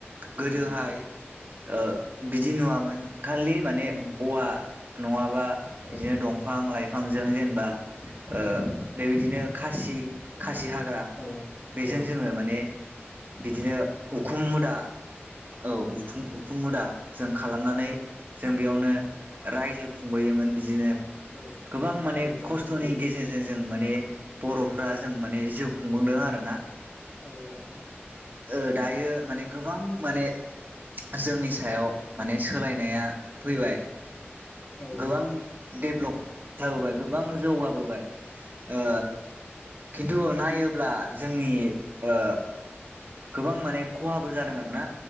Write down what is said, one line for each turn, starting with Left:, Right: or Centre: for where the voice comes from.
Right: गोदोहाय,
Left: उम
Right: ओ बिदि नुवामोन खालि माने
Left: उम
Right: औवा, नङा बा
Left: औ
Right: बिदिनो दफां लाइ बिफांजों जेनेबा ओ बेबायदिनो
Left: औ
Right: खासि खासिहा हाग्रा
Left: औ
Right: बेजों
Left: औ
Right: जोङो माने बिदिनो उखुम मुदा औ उदां उखुम मुदा जों खालामनानै, जों बेयावनो रायजो खुंबोयोमोन बिदिनो
Left: औ
Right: गोबां माने
Left: रायजो जाबोनो
Right: खस्थनि गेजेरजों जों, माने बर'फ्रा जों माने जिउ खुंबोदों आरो ना
Left: औ
Right: ओ दायो माने गोबां माने जोंनि सायाव, माने सोलायनाया फैबाय,
Left: औ
Right: गोबां डेभ्लप, जाबोबाय गोबां जौगाबोबाय, ओ
Left: औ
Right: खिन्थु नायोब्ला जों जोंनि ओ गोबां माने खहाबो जादों आरोना